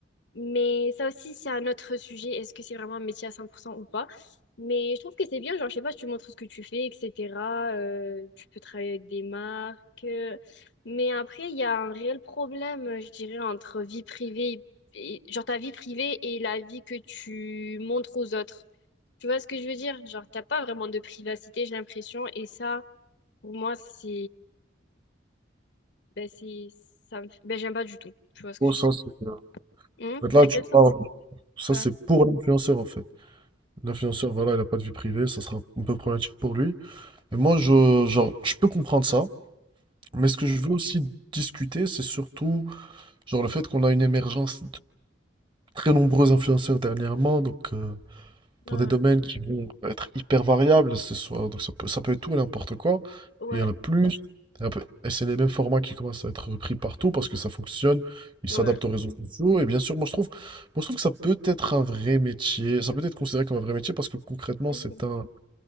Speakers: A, on the left; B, on the right.
A: mais ça aussi, c'est un autre sujet. Est-ce que c'est vraiment un métier à 100% ou pas? Mais je trouve que c'est bien, genre, je sais pas, tu montres ce que tu fais, etc. euh, tu peux travailler avec des marques. euh. Mais après, il y a un réel problème, euh, je dirais, entre vie privée et, et- genre, ta vie privée et la vie que tu montres aux autres. Tu vois ce que je veux dire? Genre, t'as pas vraiment de privacité, j'ai l'impression. Et ça, pour moi, c'est, ben, c'est, ça me- ben, j'aime pas du tout. Tu vois ce que
B: Oh, ça,
A: je veux
B: c'est, euh,
A: dire? Hmm
B: en fait,
A: Dans
B: là, tu
A: quel sens?
B: parles, ça,
A: Ouais.
B: c'est pour l'influenceur, en fait. L'influenceur, voilà, il n'a pas de vie privée, ça sera un peu problématique pour lui. Et moi, je, genre, je peux comprendre ça, mais ce que je veux aussi discuter, c'est surtout, genre, le fait qu'on a une émergence très nombreux influenceurs dernièrement, donc euh,
A: Ouais,
B: dans des domaines qui vont être hyper variables, ce soit, donc ça peut, ça peut être tout et n'importe quoi,
A: ouais,
B: et il y en a plus, et, un peu- et c'est les mêmes formats qui commencent à être repris partout parce que ça fonctionne, ils
A: ouais.
B: s'adaptent aux réseaux sociaux, et bien sûr, moi je trouve, moi, je trouve que ça peut être un vrai métier, ça peut être considéré comme un vrai métier parce que concrètement,
A: Mhm.
B: c'est un,